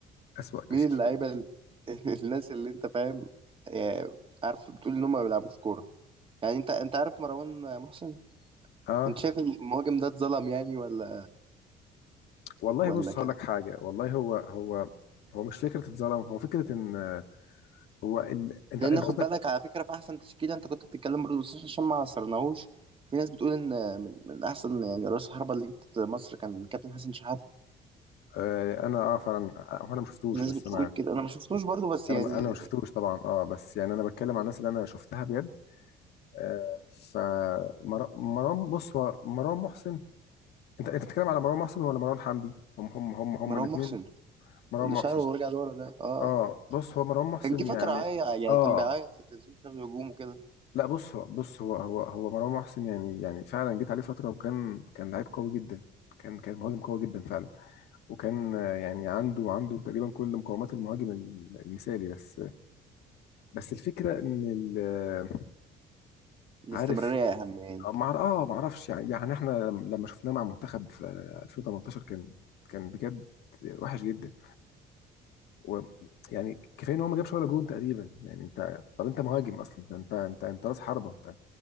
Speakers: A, on the left; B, on the right.
A: اسوأ تشكيلة
B: مين اللعيبة ال- <laughs> الناس اللي انت فاهم آه، عارف بتقول ان هم ما بيلعبوش كورة يعني انت انت عارف مروان محسن
A: اه
B: انت شايف المهاجم ده اتظلم يعني ولا
A: والله
B: ولا
A: بص
B: كان
A: هقول لك حاجة والله هو هو هو مش فكرة اتظلم هو فكرة ان آه، هو ال... انت
B: لان
A: انت
B: خد
A: قصدك
B: بالك على فكره في احسن تشكيله انت كنت بتتكلم برضه بس عشان ما عصرناهوش في ناس بتقول ان من, من احسن يعني رأس حربة اللي جت مصر كان كابتن حسن شحاته
A: آه، انا اه فعلا آه، هو انا ما شفتوش
B: في ناس
A: بس
B: بتقول
A: انا
B: كده انا ما شفتوش برضه بس يعني
A: انا ما- انا ما شفتوش طبعا اه بس يعني انا بتكلم عن الناس اللي انا شفتها بجد آه فمروان بص هو مروان محسن انت انت بتتكلم على مروان محسن ولا مروان حمدي هم هم هم هم
B: مروان
A: الاثنين
B: محسن
A: مروان
B: اللي
A: محسن
B: شعره ورجع لورا ده اه
A: اه بص هو مروان محسن
B: كان جه فتره
A: يعني
B: عاي... يعني
A: اه
B: كان بيعيط في التلفزيون بسبب الهجوم وكده
A: لا بص هو بص هو هو هو مروان محسن يعني يعني فعلا جيت عليه فتره وكان كان لعيب قوي جدا كان كان مهاجم قوي جدا فعلا وكان آه، يعني عنده عنده تقريبا كل مقومات المهاجم المثالي بس بس الفكرة ان ال-
B: الاستمراريه
A: عارف
B: اهم يعني
A: مع اه ما اعرفش يعني يعني احنا لم- لما شفناه مع منتخب في 2018 كان كان بجد وحش جدا ويعني كفايه ان هو ما جابش ولا جون تقريبا يعني انت طب انت مهاجم اصلا ده انت انت انت راس حربه انت